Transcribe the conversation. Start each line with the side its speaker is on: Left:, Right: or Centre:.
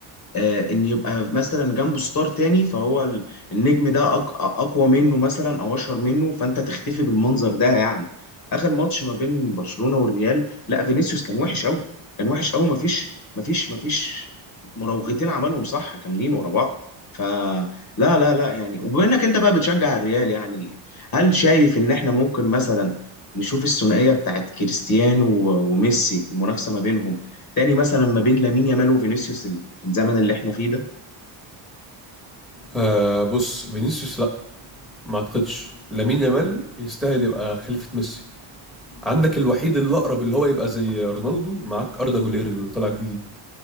Left: آه، ان يبقى مثلا جنبه ستار تاني فهو ال- النجم ده أق- اقوى منه مثلا او اشهر منه فانت تختفي بالمنظر ده يعني اخر ماتش ما بين برشلونة والريال لا فينيسيوس كان وحش قوي كان وحش قوي مفيش مفيش مفيش مراوغتين عملهم صح كاملين ورا بعض فلا لا لا لا، يعني وبما انك انت بقى بتشجع الريال يعني هل شايف ان احنا ممكن مثلا نشوف الثنائية بتاعت كريستيانو و- وميسي المنافسة ما بينهم تاني مثلا ما بين لامين يامال وفينيسيوس في الزمن اللي احنا فيه ده
Centre: آه بص فينيسيوس لا ما اعتقدش لامين يامال يستاهل يبقى خليفه ميسي عندك الوحيد اللي اقرب اللي هو يبقى زي رونالدو معاك اردا جولير اللي طالع جديد